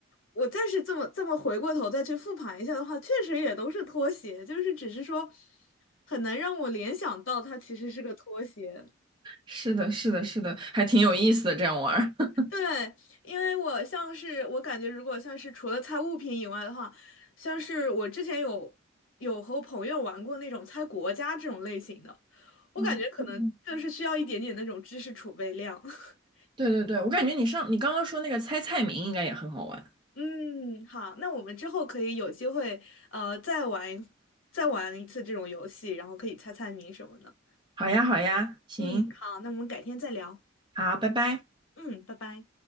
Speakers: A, on the left; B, on the right.
A: 我再是这么这么回过头再去复盘一下的话，确实也都是拖鞋，就是只是说很难让我联想到它其实是个拖鞋。
B: 是的，是的，是的，还挺有意思的，这样玩儿。
A: 对，因为我像是我感觉，如果像是除了猜物品以外的话，像是我之前有有和朋友玩过那种猜国家这种类型的，我感觉可能就是需要一点点那种知识储备量。
B: <laughs> 嗯
A: <laughs>
B: 对对对，我感觉你上你刚刚说那个猜菜名应该也很好玩。
A: 嗯，好，那我们之后可以有机会呃再玩一再玩一次这种游戏，然后可以猜猜谜什么的。
B: 好呀，好呀，行，
A: 嗯，好，那我们改天再聊。
B: 好，拜拜。
A: 嗯，拜拜。